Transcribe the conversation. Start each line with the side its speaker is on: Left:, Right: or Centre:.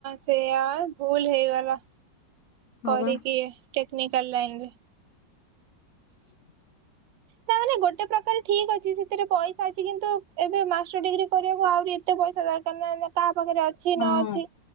Right: ସେୟା ଭୁଲ ହେଇଗଲା
Left: ହଁ
Right: କରିକି।
Left: ବା
Right: ଟେକ୍ନିକାଲ୍ ଲାଇନ ରେ।
Left: <inaudible>
Right: ତା ମାନେ ଗୋଟେ ପ୍ରକାର ଠିକ ଅଛି ସେଥିରେ ପଇସା ଅଛି କିନ୍ତୁ ଏବେ ମାଷ୍ଟର ଡିଗ୍ରୀ କରିବାକୁ ଆହୁରି ଏତେ ପଇସା ଦରକାର ନା କାହାପାଖରେ ଅ ଛି ନ
Left: ହଁ
Right: ଅଛି